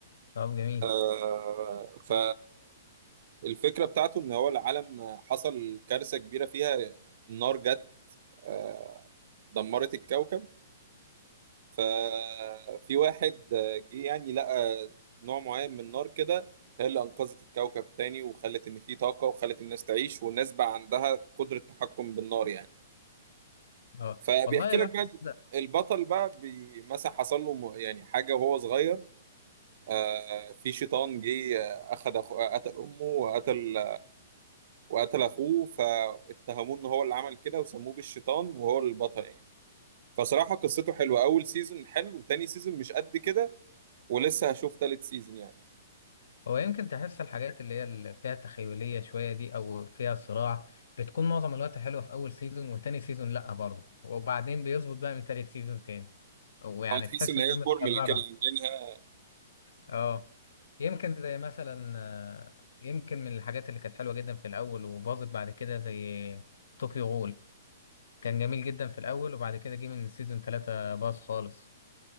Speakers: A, on the left; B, on the right.
A: طب جميل
B: آه، ف الفكرة بتاعته ان هو العالم حصل كارثة كبيرة فيها النار جت آه، دمرت الكوكب ففي واحد آه، جه يعني لقى نوع معين من النار كده هي اللي انقذت الكوكب تاني وخلت ان في طاقة وخلت الناس تعيش والناس بقى عندها قدرة تحكم بالنار يعني
A: اه
B: فبيحكي
A: والله الواحد
B: لك بقى
A: بدأ
B: البطل بقى بي- مثلا حصل له م- يعني حاجة وهو صغير آه، في شيطان جه آه، اخذ أخو- قتل امه وقتل وقتل اخوه فاتهموه ان هو اللي عمل كده وسموه بالشيطان وهو البطل يعني فصراحة قصته حلوة اول سيزون حلو تاني سيزون مش قد كده ولسه هشوف تالت سيزون يعني
A: هو يمكن تحس الحاجات اللي هي اللي فيها تخيلية شوية دي أو فيها صراع بتكون معظم الوقت حلوة في أول سيزون وتاني سيزون لأ برضه وبعدين بيظبط بقى من تالت سيزون تاني ويعني
B: اه تحس
A: تحس
B: ان
A: إنها
B: هي
A: متكررة
B: كورمل كده عاملينها
A: اه يمكن زي مثلا آه، يمكن من الحاجات اللي كانت حلوة جدا في الأول وباظت بعد كده زي طوكيو غول كان جميل جدا في الأول وبعد كده جه من سيزون تلاتة باظ خالص